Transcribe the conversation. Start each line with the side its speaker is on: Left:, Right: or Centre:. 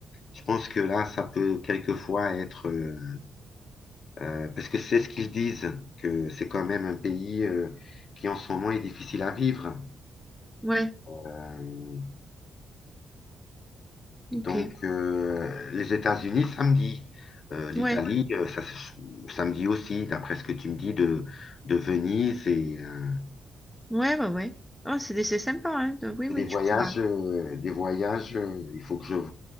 Left: je pense que là, ça peut quelquefois être, euh, euh, parce que c'est ce qu'ils disent, que c'est quand même un pays, euh, qui en ce moment est difficile à vivre.
Centre: Ouais,
Left: Euh, Donc,
Centre: ok.
Left: euh, les États-Unis samedi, Euh, l'Italie
Centre: Ouais,
Left: euh, ça se- samedi aussi, d'après ce que tu me dis de, de Venise et euh,
Centre: ouais, bah ouais. Ah, c'est c'est sympa, hein. Donc, Oui,
Left: des
Centre: oui,
Left: voyages,
Centre: tu pourras.
Left: euh, des voyages. euh, il faut que je, il